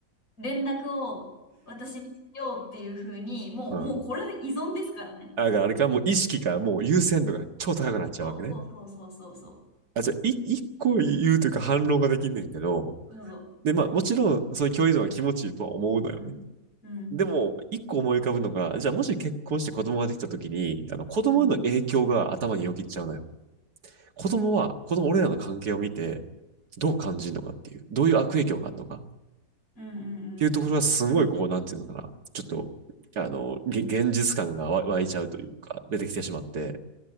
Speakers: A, on the left; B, on the right.
A: 連絡を私にしようっていうふうに、もう、
B: うん。
A: もうこれで依存ですからね。
B: だからあれか、もう意識か、もう優先度が超高くなっちゃうわけね。
A: そう、そうそうそうそうそ
B: あ、じゃあ、い一個言うというか反論ができんねんけど、
A: う。どうぞ。
B: で、まあ、もちろん、その共依存は気持ちいいとは思うのよね。
A: うん。うん。
B: でも、一個思い浮かぶのが、じゃあ、もし結婚して子供ができた時に、あの、子供への影響が頭によぎっちゃうのよ。
A: うん。
B: 子供は、この俺らの関係を見て、どう感じるのかっていう、どういう悪影響があるのかっ
A: うんうんうん
B: ていうところが、すごい、こう、なんていうのかな、ちょっと、あの、現実感がわ湧いちゃうというか、出てきてしまって、